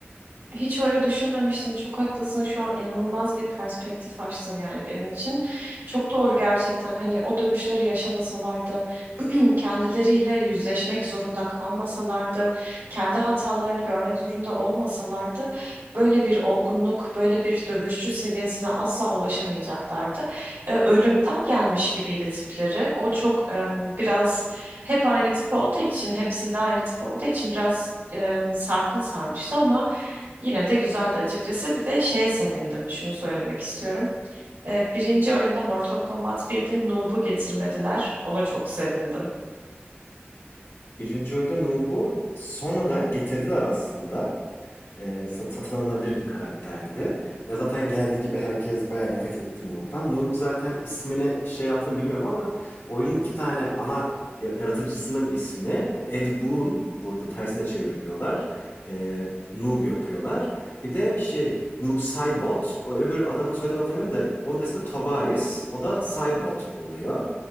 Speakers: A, on the right; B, on the left.
A: Hiç öyle düşünmemiştim. Çok haklısın. Şu an inanılmaz bir perspektif açtın yani benim için. Çok doğru gerçekten. Hani o dövüşleri yaşamasalardı, <clears throat> kendileriyle yüzleşmek zorunda kalmasalardı, kendi hatalarını görmek zorunda olmasalardı, böyle bir olgunluk, böyle bir dövüşçü seviyesine asla ulaşamayacaklardı. Ee, ölümden gelmiş gibiydi tipleri. O çok em, biraz hep aynı tip olduğu için, hepsinde aynı tip olduğu için biraz em, sarpa sarmıştı ama Yine de güzeldi açıkçası. Bir de şeye sevindim. Şunu söylemek istiyorum. Ee, birinci oyunda Mortal Kombat 1'de Noob'u getirmediler. Ona çok sevindim.
B: Birinci oyunda Nub'u sonradan getirdiler aslında. e, sa- satın alınabilir bir karakterdi. Ve zaten geldiği gibi herkes bayağı nefret etti Noob'dan. Noob zaten ismine şey yaptığını bilmiyorum ama oyunun iki tane ana ya- yaratıcısının ismi e, Ed Boon burada tersine çeviriyorlar. E, Noob yapıyorlar. Bir de şey Noob Saibot. O öbür adamın soyadını hatırlamıyorum da onun da ismi Tobias. O da Saibot oluyor.